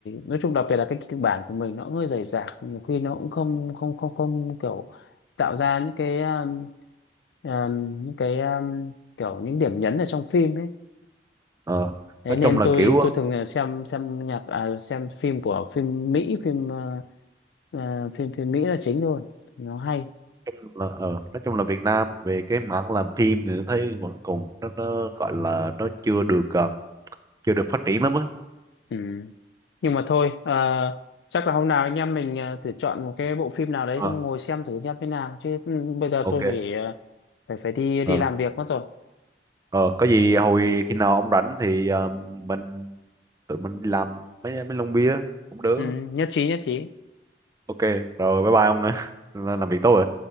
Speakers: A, on the left; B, on the right.
A: nói chung đặc biệt là cái kịch bản của mình nó cũng hơi rời rạc nhiều khi nó cũng không không không không kiểu tạo ra những cái ờ, ờ, những cái ờ, kiểu những điểm nhấn ở trong phim ấy
B: ờ.
A: Đấy
B: nói
A: nên
B: chung là
A: tôi
B: kiểu
A: tôi thường là xem xem nhạc à, xem phim của phim Mỹ phim ờ, ờ, phim phim Mỹ là chính thôi nó hay
B: chung là ờ, nói chung là Việt Nam về cái mảng làm phim thì tôi thấy vẫn còn nó, nó gọi là nó chưa được ờ, chưa được phát triển lắm á
A: ừ. nhưng mà thôi ờ, chắc là hôm nào anh em mình ờ, thử chọn một cái bộ phim nào đấy
B: Ờ,
A: xong ngồi xem thử nhá thế nào chứ ừ, bây giờ
B: ok
A: tôi phải ờ, phải phải đi
B: Ờ,
A: đi làm việc mất rồi
B: ờ, có gì hồi khi nào ông rảnh thì ờ, mình tụi mình đi làm mấy mấy lon bia cũng được
A: ừ, nhất trí nhất trí
B: ok rồi bye bye ông ạ <laughs> làm việc tốt rồi